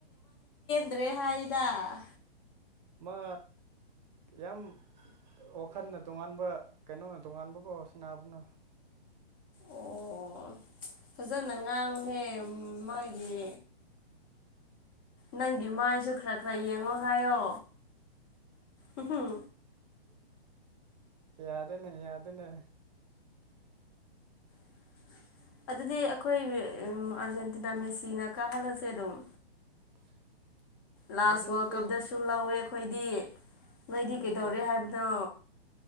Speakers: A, on the left (about 20°); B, on the right (about 45°).
A: ꯗ꯭ꯔꯦ ꯍꯥꯏꯗꯥ꯫
B: ꯃꯥ ꯌꯥꯝ ꯋꯥꯈꯜꯅ ꯇꯣꯉꯥꯟꯕ ꯀꯩꯅꯣꯅ ꯇꯣꯉꯥꯟꯕꯀꯣ ꯁꯤꯅꯥꯕꯅ
A: ꯑꯣ ꯐꯖꯅ ꯉꯥꯡꯉꯨꯍꯦ ꯃꯥꯒꯤ ꯅꯪꯒꯤ ꯃꯥꯏꯁꯨ ꯈꯔ ꯈꯔ ꯌꯦꯡꯉꯣ ꯍꯥꯏꯌꯣ ꯎꯝ ꯍꯝ
B: ꯌꯥꯗꯦꯅꯦ ꯌꯥꯗꯦꯅꯦ
A: <inaudible> ꯑꯗꯨꯗꯤ ꯑꯩꯈꯣꯏ ꯑꯥꯔꯖꯦꯟꯇꯤꯅꯥ ꯃꯦꯁꯤꯅ ꯀꯥꯍꯜꯂꯁꯦ ꯑꯗꯨꯝ
B: <unintelligible>
A: ꯂꯥꯁ
B: ꯑꯗꯨꯁꯨ
A: ꯋꯥꯔꯜ ꯀꯞꯇꯁꯨ ꯂꯧꯋꯦ ꯑꯩꯈꯣꯏꯗꯤ ꯅꯣꯏꯗꯤ
B: ꯑꯗꯨꯁꯨ
A: ꯀꯩꯗꯧꯔꯦ
B: ꯌꯥꯏ
A: ꯍꯥꯏꯕꯅꯣ